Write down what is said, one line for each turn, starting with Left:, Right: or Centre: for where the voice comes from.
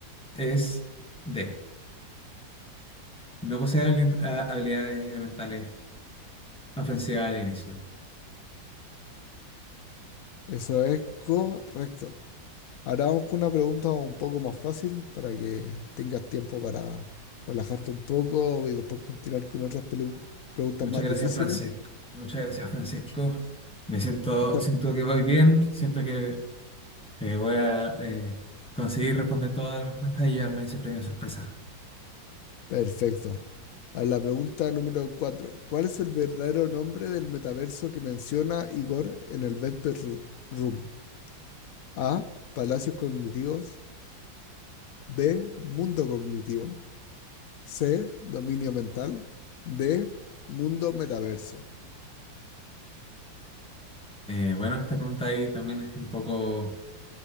Centre: es D. No posee habili- a- habilidades elementales ofensivas al inicio.
Left: Eso es correcto. Ahora vamos con una pregunta un poco más fácil para que tengas tiempo para relajarte un poco y después continuar con otras pelu- preguntas
Centre: Muchas
Left: más
Centre: gracias,
Left: difíciles.
Centre: Francisco. Muchas gracias, Francisco. Me siento,
Left: Esta,
Centre: siento que voy bien. Siento que eh, voy a eh, conseguir responder todas las respuestas y llevarme ese premio sorpresa.
Left: Perfecto. A la pregunta número 4. ¿Cuál es el verdadero nombre del metaverso que menciona Igor en el Vesper Ru- Room? A. Palacios cognitivos. B. Mundo cognitivo. C. Dominio mental. D. Mundo metaverso.
Centre: Eh, bueno, esta pregunta ahí también es un poco.